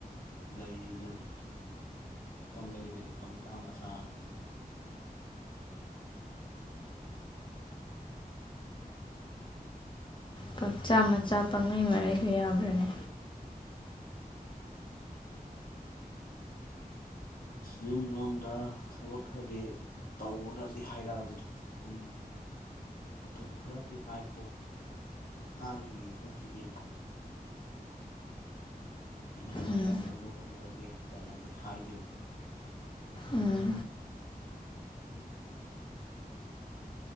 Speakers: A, on the left; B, on the left.
A: ꯂꯩꯔꯤꯗꯨꯅꯤ ꯄꯪꯪꯂꯩ ꯂꯩ ꯄꯪꯆꯥ ꯃꯆꯥꯗ
B: ꯄꯪꯆꯥ ꯃꯆꯥ ꯄꯪꯂꯩ ꯃꯔꯩꯕ ꯌꯥꯕ꯭ꯔꯥꯅꯦ
A: ꯌꯨꯝ ꯂꯣꯝꯗ ꯊꯕꯛ ꯈꯔꯗꯤ ꯇꯧꯕꯅꯗꯤ ꯍꯥꯏꯔꯛꯑꯕꯅꯤ ꯑꯩꯅ ꯃꯇꯝ ꯈꯔꯗꯤ ꯉꯥꯏꯈꯣꯛ ꯈꯥꯡꯈꯤꯒ ꯈꯣꯠꯈꯤꯒꯦ ꯑꯗꯨꯒ
B: ꯎꯝ
A: ꯇꯧꯅꯕ ꯍꯣꯠꯅꯔꯒꯦ ꯀꯥꯏꯅꯗꯤ ꯍꯥꯏꯒꯤꯕꯅꯤ
B: ꯎꯝ